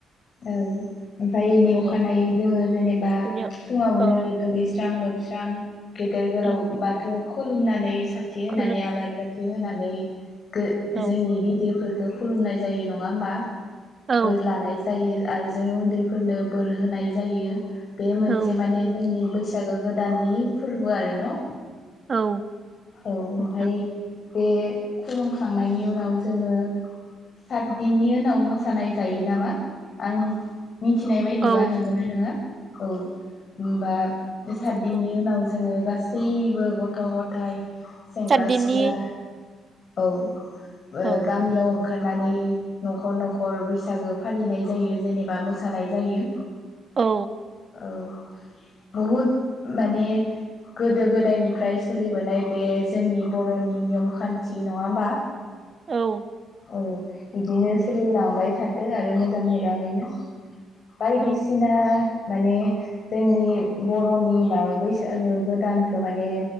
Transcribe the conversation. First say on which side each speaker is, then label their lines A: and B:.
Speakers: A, on the left; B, on the right.
A: औ ओमफ्राय एनि अखानायै
B: औ
A: जोङो जेनेबा
B: बिनि
A: फुङावनो
B: औ
A: दु दुगैस्रां लोब जां गेदेर गोलाव
B: औ
A: बाथौ खुलुमनानै खाथि होननानै
B: खुलुम
A: आलारि बाथि बि होनानै गो
B: औ
A: जोंनि गिदिर फोर बेखौ खुलुमनाय जायो नङा होमबा?
B: औ
A: बोर लानाय जायो आरो जों उन्दैफोरनो बोर होनाय जायो। बे मोनसे
B: औ
A: माने जोंनि बैसो बैसागो गोदाननि फोरबो आरो न
B: औ
A: औ ओमफाय
B: नोंथां
A: बे खुंखांनायनि उनाव जोङो सातदिननि उनाव मोसानाय जायो नामा आं मिनथिनाय बायदिबा
B: औ
A: नोंगोना नोङा औ होमबा सात
B: नंगौ
A: दिननि उनाव जोङो गास बयबो गथ गथाय सेंग्रा
B: सातदिननि
A: सिख्ला औ बो
B: औ
A: गामियाव ओंखारनानै नखर नखर बैसागो फालिनाय जायो जेनेबा मोसानाय जायो।
B: औ
A: औ बहुद माने गोदो गोदायनिफ्राय सोलिबोनाय बे जोंनि बर'नि नियम खान्थि नङा होमबा?
B: औ
A: औ बिदिनो सोलिलांबाय थाथो आरो मोजां मोजाङैनो बायदिसिना
B: औ
A: माने जोंनि बरनि माबा बैसागो गोदानखौ माने